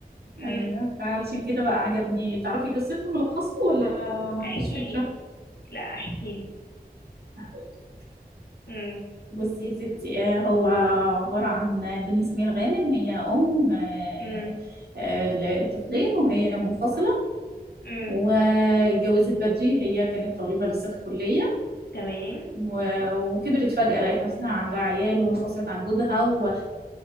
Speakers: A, on the left; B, on the right.
A: امم
B: ايوه فعلشان كده بقى عجبني تعرفي قصته ملخصه ولا مفيش
A: احكي
B: فكره
A: لي لا احكي لي
B: هقول لك.
A: امم
B: بصي يا ستي آه، هو عباره عن دنيا سمير غانم هي ام آه،
A: امم
B: آه، لطفلين وهي منفصله
A: امم
B: واتجوزت بدري هي كانت طالبه لسه في الكليه
A: تمام
B: و- وكبرت فجأة لقيت نفسها عندها عيال وانفصلت عن جوزها و-